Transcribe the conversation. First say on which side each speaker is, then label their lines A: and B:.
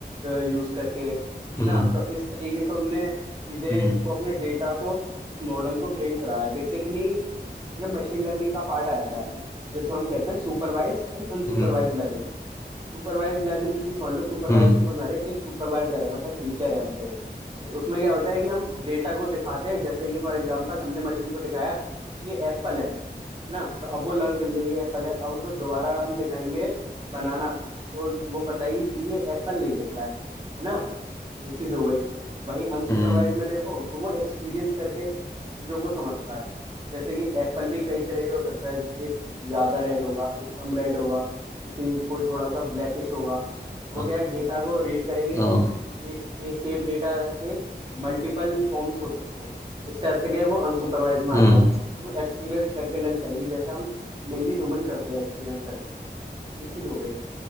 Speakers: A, on the right; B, on the left.
A: यूज करके है
B: हम्म
A: ना तो इस तरीके से उनने चीजें
B: हम्म
A: को अपने डेटा को इस मॉडल को ट्रेन कराया बेसिकली ये मशीन लर्निंग का पार्ट आ जाता है जिसमें हम कहते हैं supervise and unsupervise
B: हम्म
A: learning Supervise learning तुम समझ लो सुपरवाइज
B: हम्म
A: से समझ रहे एक सुपरवाइजर है मतलब टीचर है हम पे तो उसमें क्या होता है कि हम डेटा को दिखाते हैं जैसे कि फॉर एग्जाम्पल हमने मशीन को दिखाया कि ये एप्पल है है ना तो अब वो लर्न कर लेगी एप्पल है अब उसको दोबारा हम दिखाएंगे बनाना तो वो बताएगी कि ये एप्पल नहीं दिख रहा है है ना ये चीज हो गई वहीं अनसुपरवाइज
B: हम्म,
A: में देखो तो वो एक्सपीरियंस करके चीजों को समझता है जैसे कि एप्पल भी कई तरह के हो सकता है एक ज्यादा रेड होगा एक कम रेड होगा किसी कोई थोड़ा सा ब्लैकिश होगा तो वो
B: हाँ,
A: क्या है डेटा को रीड करेगी
B: हाँ,
A: कि एक एक सेम डेटा के मल्टीपल फॉर्म्स हो सकते हैं इस टाइप से क्या है वो अनसुपरवाइज में आ
B: हम्म,
A: गया तो वो एक्सपीरियंस करके लर्न करेगी जैसे हम मेनली ह्यूमन करते हैं एक्सपीरियंस करके ये चीज हो गई